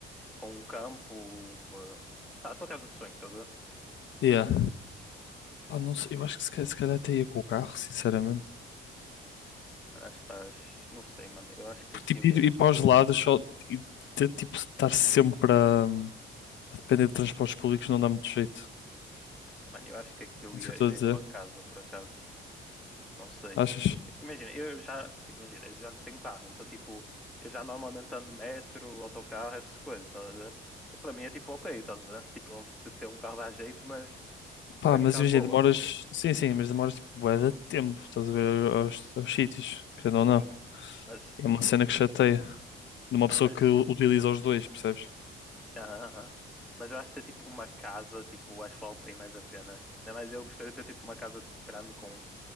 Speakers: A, in the centre; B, on the left.
A: com um campo, eh, sei lá, a tua casa de sonho, estás a ver?
B: Yeah. Pá, não sei, eu acho que se, ca- se calhar até ia com o carro, sinceramente.
A: Mano, acho que faz. Não sei, mano. Eu acho que
B: Porque
A: aqui
B: tipo,
A: eu ia.
B: ir, ir para os lados só e ter, tipo, estar sempre a, a depender de transportes públicos não dá muito jeito.
A: Mano, eu acho que aqui eu
B: É
A: ia,
B: isso que
A: eu
B: eu estou a
A: ia
B: dizer.
A: com a casa, por acaso. Não sei.
B: Achas?
A: Mas, tipo, Imagina, eu já. Tipo, imagina, eu já não tenho carro, então, tipo, eu já normalmente ando metro, autocarro, essas coisas, estás a ver? E para mim é tipo, ok, estás a ver? Tipo, óbvio que ter um carro dá jeito, mas
B: Pá,
A: para mim
B: mas
A: está
B: imagina,
A: de boa.
B: demoras. Sim, sim, mas demoras tipo bué de tempo, estás a ver aos, aos sítios, querendo
A: Sim,
B: ou não.
A: mas.
B: É uma cena que chateia. De uma pessoa
A: Mas.
B: que u- utiliza os dois, percebes?
A: Aham, aham. Mas eu acho que ter, tipo, uma casa, tipo, acho que vale bem mais a pena. Ainda mais eu gostaria de ter, tipo, uma casa, tipo, grande com